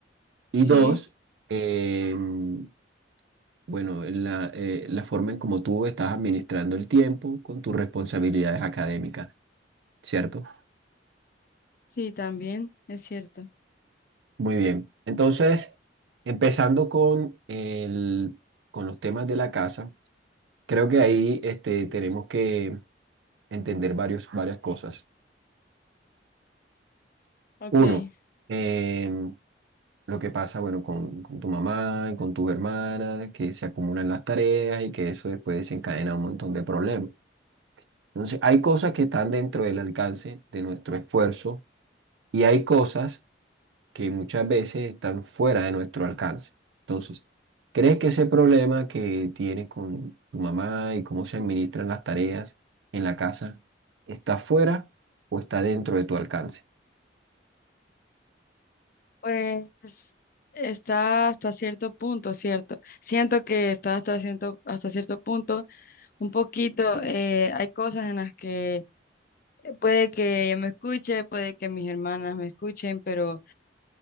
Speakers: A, on the right; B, on the left.
A: Y
B: sí,
A: dos, em, bueno, la, eh, la forma en cómo tú estás administrando el tiempo con tus responsabilidades académicas, ¿cierto?
B: sí, también es cierto.
A: Muy bien. Entonces, empezando con el, con los temas de la casa, creo que ahí este, tenemos que entender varios, varias cosas.
B: Ok,
A: Uno, em, lo que pasa, bueno, con, con tu mamá y con tus hermanas, que se acumulan las tareas y que eso después desencadena un montón de problemas. Entonces, hay cosas que están dentro del alcance de nuestro esfuerzo y hay cosas que muchas veces están fuera de nuestro alcance. Entonces, ¿crees que ese problema que tienes con tu mamá y cómo se administran las tareas en la casa está fuera o está dentro de tu alcance?
B: pues está hasta cierto punto, ¿cierto? Siento que está hasta cierto, hasta cierto punto, un poquito, eh, hay cosas en las que puede que ella me escuche, puede que mis hermanas me escuchen, pero